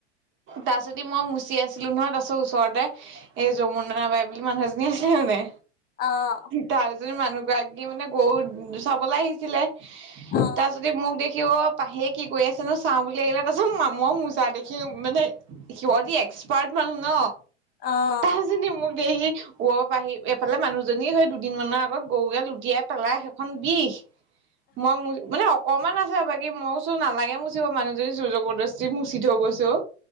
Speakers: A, on the right; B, on the left.
A: তাৰছদি মই মুচি আছিলো নহয়, তাৰছত ওচৰতে এই যৌমুনা বাই বুলি মানুহ এজনী আছিলে মানে
B: অ',
A: তাৰপিছত মানুহ গৰাকী মানে গৰু চাবলে আহিছিলে
B: অ',
A: তাৰপিছত সি মোক দেখি অ পাহিয়ে কি কৰি আছে নো চাওঁ বুলি আহিলে তাৰপিছত মামু মোজা দেখ সি মানে সিহঁতি এক্সপাৰ্ট মানুহ ন?
B: অ',
A: তাই যদি মোক দে কুপা আহি এইফালে মানুহজনী সেই দুদিনমানৰ আগত গৰু গাই উটিয়াই পেলাই সেইখন বিষ। মই মুই মানে অকমান আছে বাকী মই কৈছো নালাগে মুচিব। মানুহজনী জোৰ জবৰদস্তি মুচি থৈ গৈছে অ।